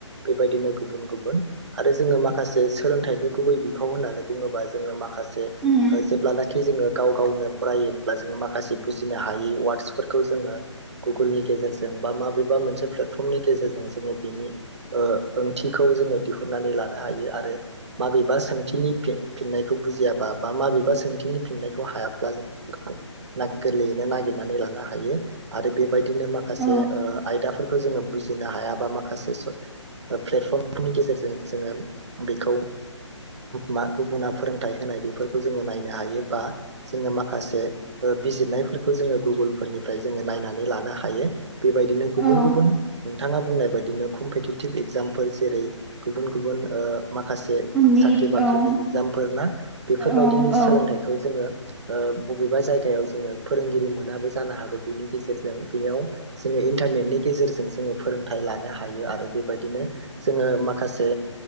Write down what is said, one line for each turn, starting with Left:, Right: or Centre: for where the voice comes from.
Right: बेबायदिनो गुबुन गुबुन आरो जोङो माखासे सोलोंथाइनि गुबै बिफाव होननानै बुङोबा जोङो माखा से
Centre: उम
Right: जेब्लानाखि जोङो गाव गावनो फायो जोङो माखासे बुजिनो हायै वार्सफोरखौ जोङो गुगुलनि गेजेरजों बा माबेबा मोनसे प्लेटफर्मनि गेजेर जों जोङो बेनि ओंथिखौ जोङो दिहुननानै लानो हायो आरो माबेबा सोंथिनि फि फिननायखौ बुजियाबा बा माबेबा सोंथिनि फिननायखौ हायाब्ला जों <unintelligible> गोरलैयैनो नागिरनानै लानो हायो आरो बे बायदिनो माखासे
Centre: औ
Right: आयदाफोरखौ जोङो बुजि नो हायाबा माखासे प्लेटफर्मनि गेजेरजों जोङो बेखौ मा गुबुना फोरोंथाइ होनाय बेफोरखौ जोङो नायनो हायो बा जोङो माखासे बिजिरनायफोरखौ जोङो गुगुलफोरनिफ्राय जोङो नायनानै लानो हायो। बेबायदिनो गुबुन
Centre: औ
Right: गुबुन नाङा बुंनाय बायदिनो कम्पिटिटिभ एगजामफोर जेरै गुबुन गुबुन ओ माखासे
Centre: निट
Right: साख्रि बाख्रिनि
Centre: औ
Right: इग्जामफोर ना बेफोरबायदिनि
Centre: औ औ
Right: सोलोंथाइखौ जोङो ओ बबेबा जायगायाव जोङो फोरोंगिरि मोनाबो जानो हागौ बिनि गेजेरजों बेनियाव जों इन्टारनेटनि गेजेरजों जोङो फोरोंथाइ लानो हायो आरो बेबायदिनो जोङो माखासे